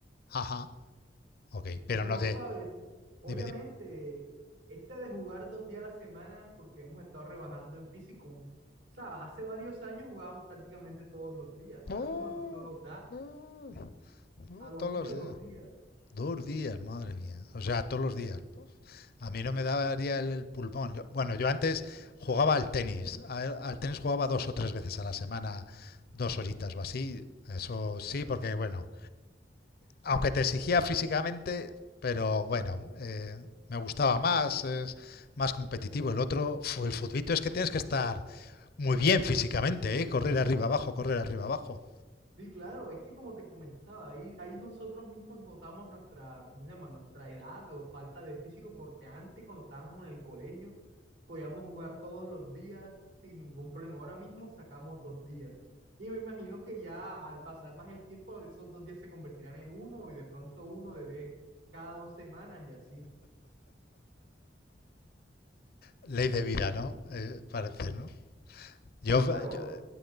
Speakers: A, on the left (about 55°); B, on the right (about 85°).
A: Ajá, ok, pero
B: Pero,
A: no de.
B: ¿sabes? Obviamente,
A: Dime, dime.
B: este de jugar dos días a la semana, porque hemos estado rebajando en físico, o sea, hace varios años jugábamos prácticamente todos los días, ahora
A: Oh,
B: mismo no nos da
A: no, no,
B: a lo
A: todos
B: mucho
A: los
B: dos
A: días.
B: días.
A: Dos días, madre mía. O sea, todos los días. Pues, A mí no me daría el, el pulmón. Yo- bueno, yo antes jugaba al tenis. Al, al tenis jugaba dos o tres veces a la semana, dos horitas o así. Eso sí, porque bueno, aunque te exigía físicamente, pero bueno, eh, me gustaba más, es más competitivo. El otro, fu- el futbito es que tienes que estar muy bien físicamente, ¿eh? Correr arriba abajo, correr arriba abajo.
B: Sí, claro, es que como te comentaba, ahí, ahí nosotros mismos notamos nuestra, ¿cómo se llama? Nuestra edad o falta de físico, porque antes cuando estábamos en el colegio podíamos jugar todos los días sin ningún problema. Ahora mismo sacamos dos días. Y me imagino que ya al pasar más el tiempo, esos dos días se convertirán en uno y de pronto uno debe cada dos semanas y así.
A: Ley de vida, ¿no? Eh, parece, ¿no? Yo,
B: Sí, claro,
A: yo,